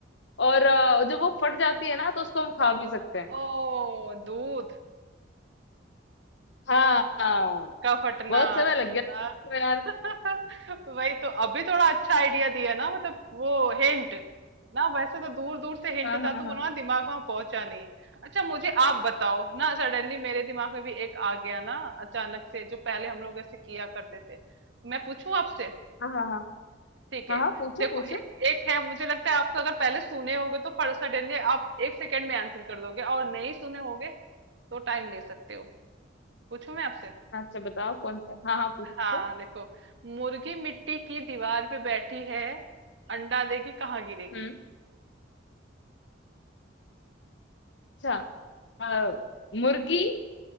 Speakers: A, on the left (about 70°); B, on the right (about 70°).
A: और अ, जब वो फट जाती है ना तो उसको हम खा भी सकते हैं
B: ओ दूध
A: हाँ हाँ
B: दूध का फटना
A: बहुत समय
B: है
A: लग गया तो यार
B: <laughs> वही तो अभी थोड़ा अच्छा आइडिया दिया ना मतलब वो हिंट ना वैसे तो दूर दूर से हिंट
A: हाँ हाँ
B: था तो
A: हाँ
B: वो ना दिमाग वहां पहुंचा नहीं अच्छा मुझे आप बताओ ना सडनली मेरे दिमाग में भी एक आ गया ना अचानक से जो पहले हम लोग ऐसे किया करते थे तो मैं पूछूं आपसे
A: हाँ हाँ हाँ
B: ठीक
A: हाँ
B: है
A: हाँ पूछो
B: देखो
A: पूछो
B: एक एक है मुझे लगता है आप तो अगर पहले सुने होगे तो फट सडनली आप एक सेकेंड में आंसर कर दोगे और नहीं सुने होगे तो टाइम ले सकते हो पूछूं मैं आपसे
A: अच्छा बताओ कौन सा हाँ हाँ पूछो
B: हाँ देखो मुर्गी मिट्टी की दीवार पे बैठी है अंडा देगी कहाँ गिरेगी
A: हम्म अच्छा अ, मुर्गी